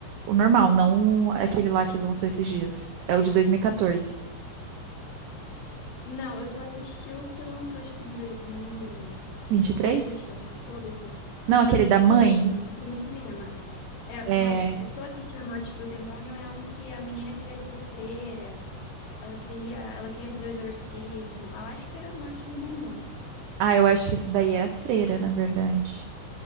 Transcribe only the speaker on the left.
Não, eu só assisti o que lançou, acho que em dois mil e
vinte
alguma coisa.
Eu
assisti
esse, eu assisti no cinema. É,
não, o que eu assisti A Morte do Demônio é um que a menina queria ser freira, ela queria, ela queria fazer o exorcismo. Ah, Eu acho que era A Morte do Demônio.